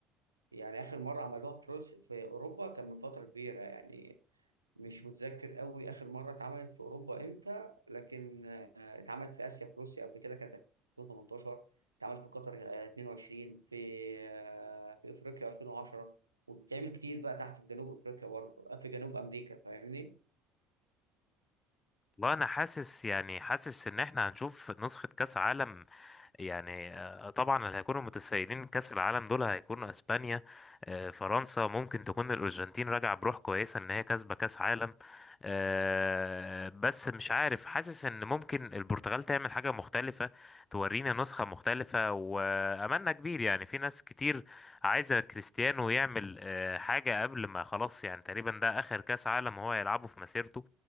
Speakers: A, on the right (about 90°); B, on the left (about 25°).
A: يعني آخر مرة عملوها في روسيا في أوروبا كان من فترة كبيرة يعني مش متذكر قوي آخر مرة اتعملت في أوروبا إمتى لكن آه، اتعملت في آسيا في روسيا قبل كده كانت 2018 اتعملت في قطر آه، 22 في آه، في أفريقيا 2010 وبتعمل كتير بقى تحت في جنوب أفريقيا برضه آه، في جنوب أمريكا فاهمني
B: والله انا حاسس يعني حاسس ان احنا هنشوف نسخه كاس عالم يعني آه، طبعا اللي هيكونوا متسيدين كأس العالم دول هيكونوا اسبانيا آه، فرنسا ممكن تكون الارجنتين راجعه بروح كويسه ان هي كسبه كأس عالم آه، بس مش عارف حاسس ان ممكن البرتغال تعمل حاجه مختلفه تورينا نسخه مختلفه واملنا كبير يعني في ناس كتير عايزه كريستيانو يعمل آه، حاجه قبل ما خلاص يعني تقريبا ده اخر كأس عالم هو هيلعبه في مسيرته